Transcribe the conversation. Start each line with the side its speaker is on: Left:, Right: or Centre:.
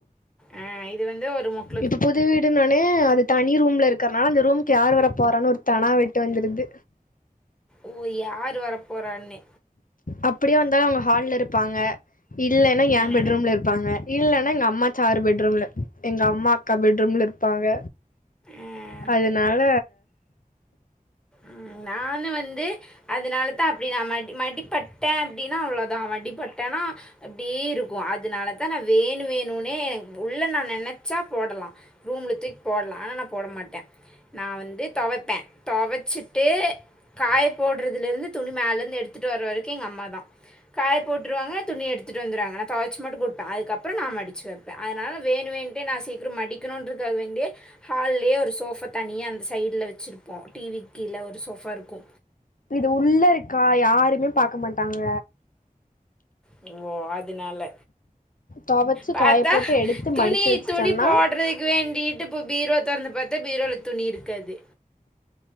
Centre: ஆ இது வந்து ஒரு முக்
Left: இது புது வீடுனோனே அது தனி ரூம்ல இருக்குறனால அந்த ரூம்க்கு யார் வர போறான்னு ஒரு தெனாவெட்டு வந்துருது
Centre: ஓ யாரு வர போறான்னு
Left: அப்டியே வந்தாலு அவுங்க ஹால்ல இருப்பாங்க இல்லன்னா ஏ
Centre: ம்
Left: பெட்ரூம்ல இருப்பாங்க இல்லன்னா எங்க அம்மா சாறு பெட்ரூம்ல எங்க அம்மா அக்கா பெட் ரூம்ல இருப்பாங்க
Centre: ம்
Left: அதனால
Centre: ம் நானு வந்து அதனால தா அப்டி நா மடி மடிப்பட்டே அப்டின்னா அவ்வளோதா மடிப்பட்டேன்னா அப்டியே இருக்கு அதனாலதா நா வேணு வேணுனே உள்ள நா நெனச்சா போடலா ரூம்ல தூக்கி போட்லா ஆனா நா போட மாட்டே நா வந்து தொவப்பே தொவ ச்சுட்டு காய போடுறதுல இருந்து துணி மேலே இருந்து எடுத்துட்டு வர வரைக்கு எங்க அம்மா தா காய போட்டுருவாங்க துணி எடுத்துட்டு வந்துருவாங்க நா தொவச்சு மட்டு குடுப்பே அதுக்கப்பறோ நா மடுச்சு வெப்பே அதனால வேணு வேணு ஏனா நா சீக்கிரம் மடிக்கணும்ன்றக்காக வேண்டி ஹால்லயே ஒரு சோஃபா தனியா அந்த சைடுல வச்சிருப்போ டிவிக் கீழ ஒரு சோஃபா இருக்கு
Left: இது உள்ள இருக்கா யாருமே பாக்க மாட்டாங்க
Centre: <unintelligible> இதுனால
Left: துவச்சு
Centre: பாத்தா
Left: காய போட்டு எடுத்து
Centre: துணி
Left: மடிச்சு வச்சுட்டன்னா
Centre: துணி போடறக்கு வேண்டி ட்டு இப்போ பீரோ தொறந்து பாத்தா பீரோல துணி இருக்காது